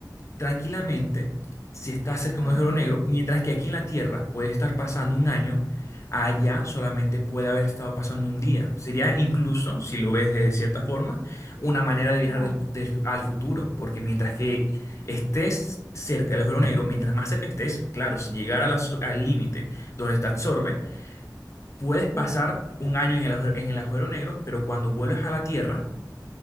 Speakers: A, on the left (about 40°); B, on the right (about 50°).
A: tranquilamente si está cerca de
B: Ajá,
A: un agujero negro, mientras que aquí en la Tierra puede estar pasando un año, allá solamente puede haber estado pasando un día. Sería incluso, si lo ves de cierta forma, una manera de viajar
B: wow,
A: del- del- al futuro, porque mientras que estés cerca del agujero negro, mientras más cerca estés, claro, sin llegar a la so- al límite donde te absorbe, puedes pasar
B: ok,
A: un año en el, agujero- en el agujero negro, pero cuando vuelves a la Tierra,